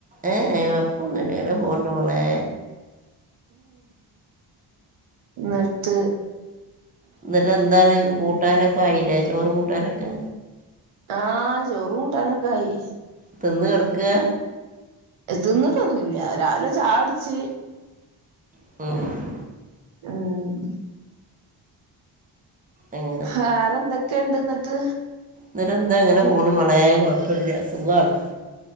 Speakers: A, on the right (about 15°); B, on the right (about 70°).
A: ഏഹ് ഏഹ് കൊഴപ്പന്നുല്ല ഇങ്ങനെ പോക്ണ്ട് ളേ.
B: ന്ന്ട്ട്
A: ന്ന്ട്ട് എന്താണ് കൂട്ടാനക്കെ ആയില്ലേ ചോറ് കൂട്ടാനക്കെ?
B: ആഹ് ചോറും കൂട്ടാനൊക്ക ആയി.
A: തിന്ന് കെട്ക്കാ?
B: തിന്ന്ട്ടൊന്നുല്ല്യ രാവിലെ ചായ ട്ച്ച്.
A: <unintelligible>
B: <unintelligible>
A: അങ്ങനെ
B: വേറെ എന്തൊക്കെണ്ട് ന്ന്ട്ട്?
A: ന്ന്ട്ട് എന്താ ഇങ്ങനെ പോണുമ്മളേ കൊഴപ്പല്ല്യ സുഖാണ്.